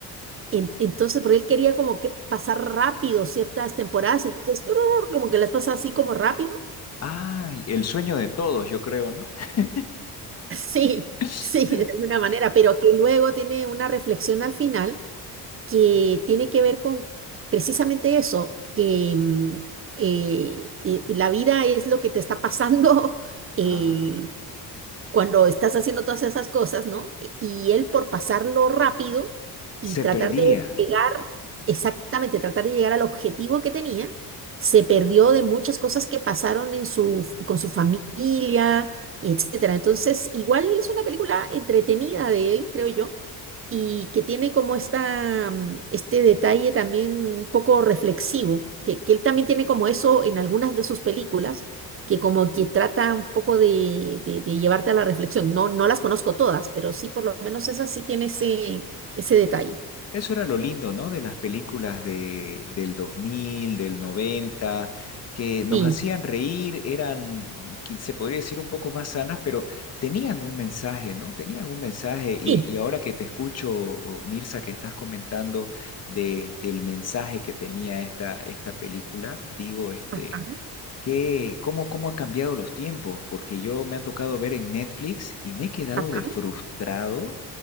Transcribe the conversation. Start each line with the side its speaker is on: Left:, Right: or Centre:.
Right: En- Entonces, porque él quería como que pasar rápido ciertas temporadas, entonces tururur, como que las pasa así como rápido.
Left: Ay, el sueño de todos, yo creo, ¿no? <gasps>
Right: <laughs> Sí,
Left: <laughs>
Right: sí, de alguna manera, pero que luego tiene una reflexión al final que tiene que ver con precisamente eso, que mm, eh, eh, la vida es lo que te está pasando <laughs> eh,
Left: Ah,
Right: cuando estás haciendo todas esas cosas, ¿no? E- Y él por pasarlo rápido y
Left: se
Right: tratar
Left: perdía.
Right: de llegar exactamente tratar de llegar al objetivo que tenía, se perdió de muchas cosas que pasaron en su, con su familia, etcétera. Entonces, igual es una película entretenida de él, creo yo, y que tiene como esta, mm, este detalle también un poco reflexivo, que, que él también tiene como eso en algunas de sus películas. que como que trata un poco de, de- de llevarte a la reflexión. No, no las conozco todas, pero sí por lo menos esa sí tiene ese, ese detalle.
Left: Eso era lo lindo, ¿no? De las películas de, del dos mil del noventa que nos
Right: Sí,
Left: hacían reír, eran, qui- se podría decir, un poco más sanas, pero tenían un mensaje, ¿no? Tenían un mensaje. Y,
Right: sí.
Left: y ahora que te escucho, Mirza, que estás comentando de, del mensaje que tenía esta, esta película, digo, este...
Right: Ajá.
Left: ¿Qué, cómo, cómo ha cambiado los tiempos? Porque yo me ha tocado ver en Netflix y me he quedado
Right: Ajá.
Left: de frustrado